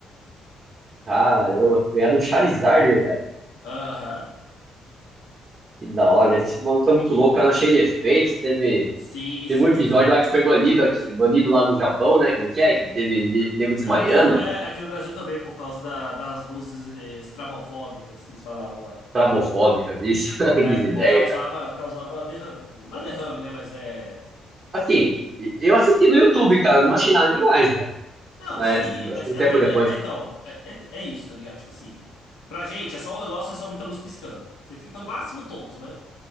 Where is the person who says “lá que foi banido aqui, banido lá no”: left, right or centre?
Right